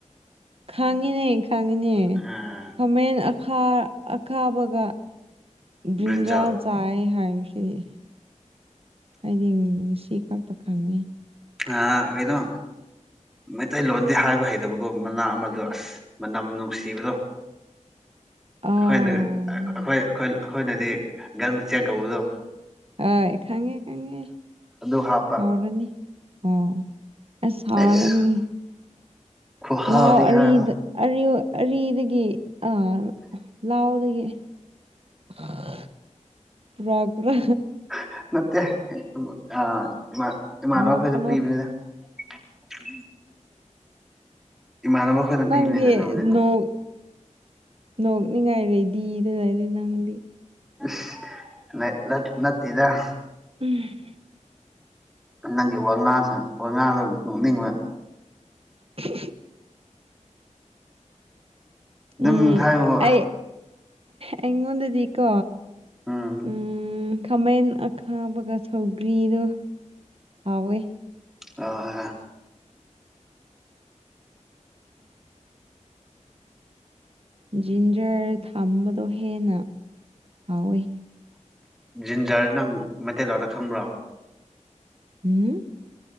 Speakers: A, on the right; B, in the centre.
A: ꯈꯪꯡꯉꯤꯅꯦ ꯈꯪꯡꯉꯤꯅꯦ
B: ꯑꯥ
A: ꯈꯃꯦꯟ ꯑꯈꯥ ꯑ ꯑꯈꯥꯕꯒ ꯕ꯭ꯔꯤꯟꯖꯥꯜ
B: ꯕ꯭ꯔꯤꯟꯖꯜ
A: ꯆꯥꯏ ꯍꯥꯏꯁꯤꯅꯤ꯫ ꯑꯩꯗꯤ ꯉꯁꯤ ꯈꯛꯇ ꯈꯪꯉꯤ꯫
B: ꯍꯥꯥ ꯀꯩꯗꯣ꯫ ꯃꯩꯇꯩꯂꯣꯟꯗꯤ ꯍꯥꯏꯕ ꯍꯩꯇꯕꯒꯨꯝ ꯃꯅꯥ ꯑꯃꯗꯣ ꯑꯁ ꯃꯅꯝ ꯅꯨꯡꯁꯤꯕꯗꯣ꯫
A: ꯑꯥ
B: ꯑꯩꯈꯣꯏꯅ ꯑꯩꯈꯣꯏ ꯑꯩꯈꯣꯏꯅꯗꯤ ꯒꯟ ꯃꯆꯦꯡ ꯀꯧꯕꯗꯣ꯫
A: ꯍꯣꯏ ꯈꯪꯉꯦ ꯈꯪꯉꯦ꯫
B: ꯑꯗꯨ ꯍꯥꯞꯄ
A: ꯍꯥꯎꯔꯅꯤ ꯑꯣ ꯑꯁ ꯍꯥꯎꯔꯅꯤ꯫
B: ꯑꯩꯁ ꯈꯨꯍꯥꯎꯗꯤ
A: ꯂꯑꯣ ꯑꯔꯤꯗ
B: ꯍꯥꯏꯔꯅꯨ
A: ꯑꯔꯤꯎ ꯑꯔꯤꯗꯒꯤ ꯑꯥ ꯂꯥꯎꯗꯒꯤ <unintelligible> ꯄꯨꯔꯥ ꯀꯨꯔꯥ
B: <unintelligible> ꯅꯠꯇꯦ ꯍꯦ <unintelligible> ꯍꯥ ꯏꯃꯥꯟ ꯏꯃꯥꯟꯅꯈꯣꯏꯗ
A: ꯅꯣꯛꯀꯅꯣ
B: ꯄꯤꯕꯅꯤꯗ꯫ <unintelligible> ꯏꯃꯥꯟꯅꯕ ꯑꯩꯈꯣꯏꯅ
A: ꯅꯪꯪꯗꯤ
B: ꯄꯤꯕꯅꯤꯗ ꯑꯗꯨꯕꯨꯗꯤ
A: ꯅꯣꯛ ꯅꯣꯛꯅꯤꯡꯉꯥꯏ ꯔꯦꯗꯤꯗ ꯂꯩꯔꯤ ꯅꯪꯗꯤ꯫
B: ꯏꯁ ꯅꯠ ꯅꯠ ꯅꯠꯇꯦꯗ ꯫
A: ꯎꯝ
B: ꯅꯪꯒꯤ ꯋꯥꯉꯥꯡꯁ ꯋꯥꯉꯥꯡꯗ ꯅꯣꯛꯅꯤꯡꯕ꯫
A: <unintelligible>
B: ꯑꯗꯨꯝ
A: ꯎꯝ
B: ꯍꯥꯏꯕꯨ
A: ꯑꯩ ꯑꯩꯉꯣꯟꯗꯗꯤꯀꯣ
B: ꯎꯝ
A: ꯎꯝ ꯈꯥꯃꯦꯟ ꯑꯈꯥꯕꯒ ꯁꯧꯒ꯭ꯔꯤꯗꯣ ꯍꯥꯎꯋꯦ꯫
B: ꯑ ꯍ
A: ꯖꯤꯟꯖꯔ ꯊꯝꯕꯗꯣ ꯍꯦꯟꯅ ꯍꯥꯎꯋꯤ꯫
B: ꯖꯤꯟꯖꯔ ꯅꯪ ꯃꯩꯇꯩ ꯂꯣꯟꯗ ꯈꯪꯕ꯭ꯔꯣ꯫
A: ꯍꯨꯝꯝ